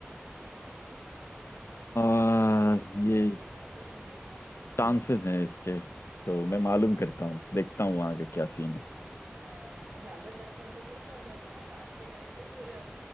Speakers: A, on the right (about 55°); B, on the left (about 75°).
A: <laughs>
B: आ,
A: भौं- भौं,
B: ये
A: ये सब तो नहीं है ना
B: चांसेस हैं इसके तो मैं मालूम करता हूँ देखता हूँ वहाँ का क्या सीन है
A: हाँ ज्यादातर नहीं तो कैसा हो जाता है रात के टाइम पे फिर अब